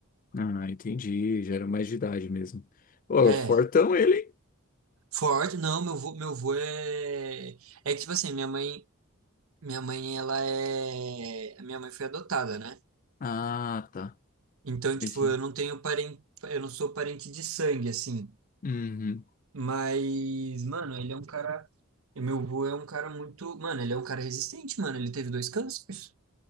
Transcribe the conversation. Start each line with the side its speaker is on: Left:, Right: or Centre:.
Left: Ah, entendi. Já era mais de idade mesmo. Ô,
Right: É,
Left: o Fortão, ele. hein?
Right: forte, não, meu avô, meu avô é... É que, tipo assim, minha mãe, minha mãe, ela é... a Minha mãe foi adotada, né?
Left: Ah, tá.
Right: Então,
Left: Entendi.
Right: tipo, eu não tenho parente, eu não sou parente de sangue, assim.
Left: Uhum.
Right: Mas, mano, ele é um cara... Meu avô é um cara muito... Mano, ele é um cara resistente, mano. Ele teve dois cânceres.